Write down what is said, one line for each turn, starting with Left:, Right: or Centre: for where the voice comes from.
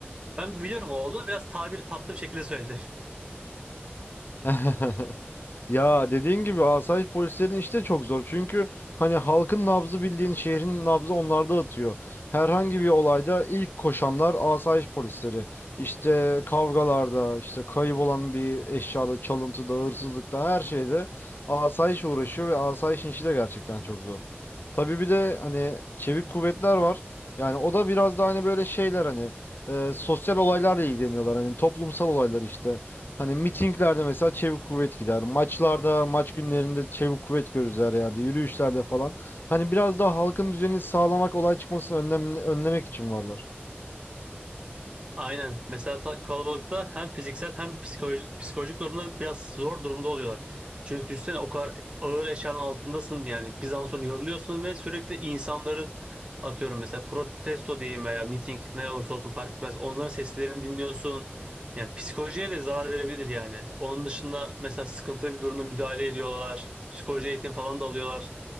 Right: Ben biliyorum o oldu biraz tabir tatlı bir şekilde söyledi.
Left: <laughs> Ya dediğin gibi asayiş polislerin işi de çok zor. Çünkü hani halkın nabzı bildiğin şehrin nabzı onlarda atıyor. Herhangi bir olayda ilk koşanlar asayiş polisleri. İşte kavgalarda, işte kayıp olan bir eşyada, çalıntıda, hırsızlıkta her şeyde asayiş uğraşıyor ve asayişin işi de gerçekten çok zor. Tabii bir de hani çevik kuvvetler var. Yani o da biraz da hani böyle şeyler hani e, sosyal olaylarla ilgileniyorlar. Hani toplumsal olaylar işte. Hani mitinglerde mesela çevik kuvvet gider. Maçlarda, maç günlerinde çevik kuvvet görürüz her yerde. Yürüyüşlerde falan. Hani biraz daha halkın düzenini sağlamak, olay çıkmasını önlem, önlemek için varlar.
Right: Aynen. Mesela ta- kalabalıkta hem fiziksel hem psikolojik, psikolojik durumda biraz zor durumda oluyorlar. Çünkü düşünsene o kadar ağır eşyanın altındasın yani bir zaman sonra yoruluyorsun ve sürekli insanların atıyorum mesela protesto diyeyim veya miting ne olursa olsun fark etmez. Onların seslerini dinliyorsun. Yani psikolojiye de zarar verebilir yani. Onun dışında mesela sıkıntılı bir durumda müdahale ediyorlar. Psikoloji eğitim falan da alıyorlar.